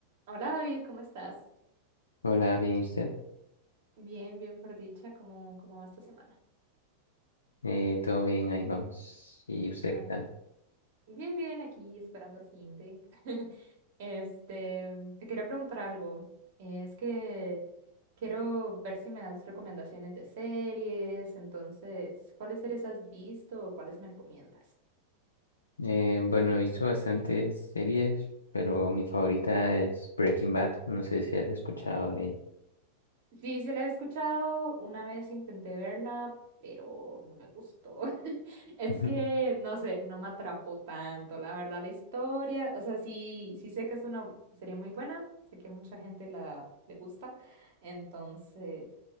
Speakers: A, on the right; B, on the left.
A: Hola David, ¿cómo estás?
B: Hola, bien, ¿y usted?
A: Bien, bien por dicha, ¿cómo, cómo va esta semana?
B: Eh, todo bien, ahí vamos. ¿Y usted
A: Ay,
B: qué tal?
A: bien, bien, aquí esperando el fin de. <laughs> Este, te quería preguntar algo. Es que quiero ver si me das recomendaciones de series, entonces, ¿cuáles series has visto o cuáles me recomiendas?
B: Eh, bueno, he visto bastantes series, pero mi favorita es Breaking Bad. No sé si has escuchado de ella.
A: Sí, sí la he escuchado, una vez intenté verla, pero no me gustó. <laughs> Es
B: Ujú.
A: que, no sé, no me atrapó tanto, la verdad, la historia, o sea, sí, sí sé que es una serie muy buena, sé que mucha gente la le gusta, entonces,